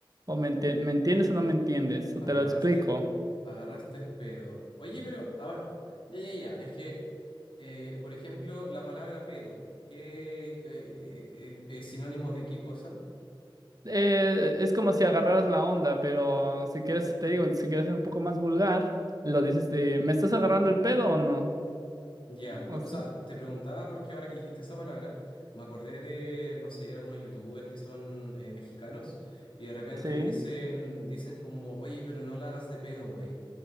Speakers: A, on the right (about 45°); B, on the left (about 75°).
A: O me, enti- ¿me entiendes o no me entiendes? O
B: Agarraste
A: te lo explico.
B: el, agarraste el pedo. Oye, pero, a ver, ya, ya, ya. Es que, eh, por ejemplo, la palabra pedo, ¿qué, qué- eh, eh, es sinónimo de qué cosa?
A: Eh, es como si agarraras la onda, pero si quieres, te digo, si quieres ser un poco más vulgar, lo dices de, ¿me estás agarrando el pedo o no?
B: Ya, lo-
A: O sea,
B: o sea, te preguntaba porque ahora que dijiste esa palabra, me acordé de, no sé, algunos youtubers que son eh, mexicanos y de repente
A: sí,
B: dicen, dicen como, oye, pero no la hagas de pedo, güey.